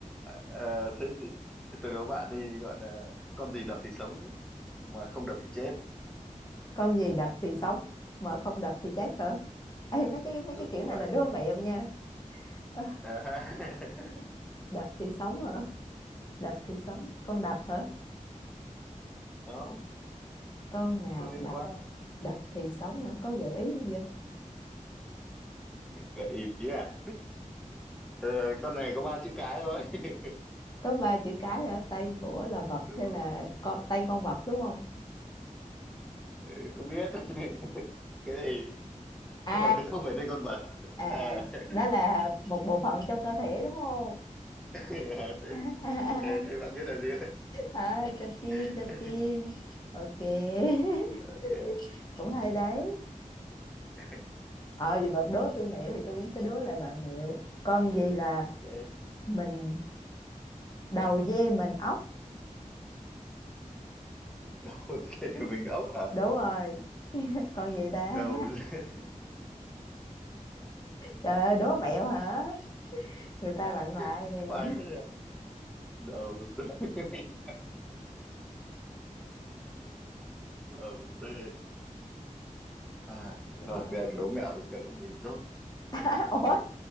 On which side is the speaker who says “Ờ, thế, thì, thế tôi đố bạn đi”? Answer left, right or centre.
Centre